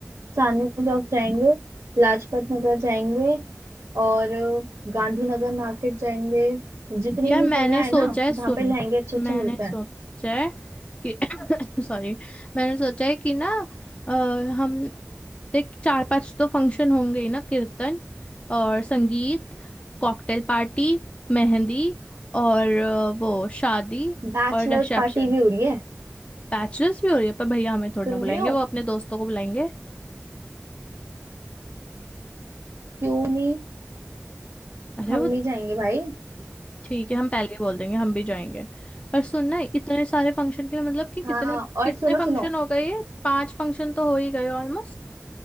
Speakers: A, on the right (about 85°); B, on the left (about 25°).
A: चांदनी चौक जाएंगे लाजपत नगर जाएंगे और गांधीनगर मार्केट जाएंगे जितनी
B: यार
A: भी
B: मैंने
A: जगह
B: सोचा
A: है ना
B: है
A: जहाँ
B: सुन
A: पे लहंगे अच्छे अच्छे
B: मैंने
A: मिलते
B: सोचा
A: हैं
B: है कि <coughs> सॉरी मैंने सोचा है कि ना अ, हम देख चार पांच तो फंक्शन होंगे ही ना कीर्तन और संगीत कॉकटेल पार्टी मेहंदी और अ, वो शादी
A: बैचलर्स
B: और रिसेप्शन
A: पार्टी भी हो रही है
B: बैचलर्स भी हो रही है पर भैया हमें थोड़ी
A: सुन
B: ना बुलाएंगे
A: रही हो
B: वो अपने दोस्तों को बुलाएंगे
A: क्यों नहीं
B: अरे
A: हम
B: वो
A: भी जाएंगे भाई
B: ठीक है हम पहले ही बोल देंगे हम भी जाएंगे पर सुनना इतने सारे फंक्शन के लिए मतलब कि कितने
A: हाँ और
B: कितने
A: सुनो
B: फंक्शन
A: सुनो
B: हो गए ये पांच फंक्शन तो हो ही गए ऑलमोस्ट